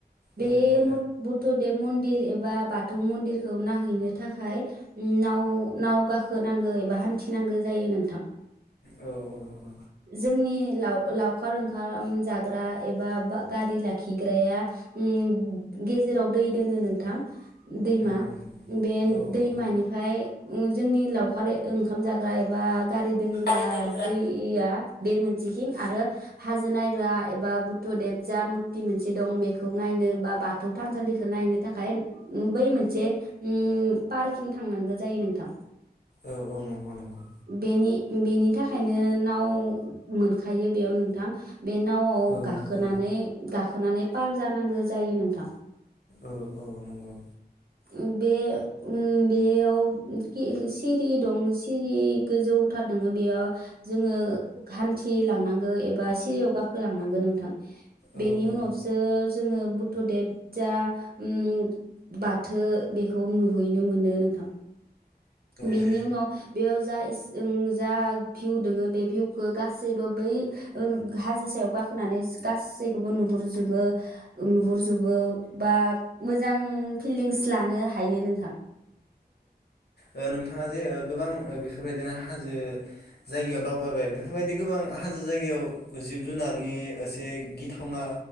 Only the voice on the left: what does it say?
औ औ
औ औ औ
नंगौ नंगौ
औ
औ
गारि दोनग्रा
औ औ नंगौ नंगौ
औ
औ
औ औ नंगौ।
औ
औ
औ
औ नोंथाङा जे ओ गोबां बेफोरबायदिनो हाजो जायगायाव दावबायबाय बेफोरबायदि गोबां हाजो जायगायाव जिब जुनारनि एसे गिथावना